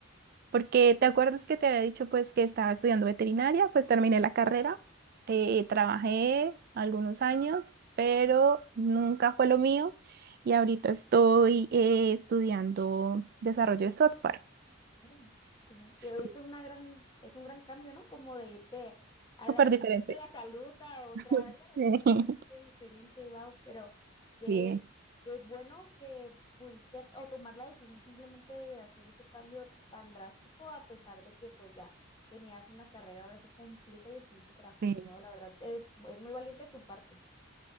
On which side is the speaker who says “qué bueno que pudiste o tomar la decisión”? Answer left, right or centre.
Left